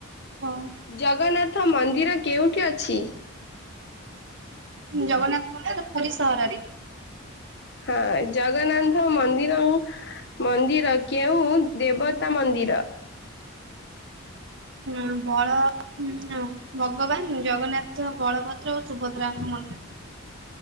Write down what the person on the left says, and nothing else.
ଜଗନ୍ନାଥ ମନ୍ଦିର କେଉଁଠି ଅଛି?
ହଁ ଜଗନ୍ନାଥ ମନ୍ଦିରଂ ମନ୍ଦିର କେଉଁ ଦେବତା ମନ୍ଦିର?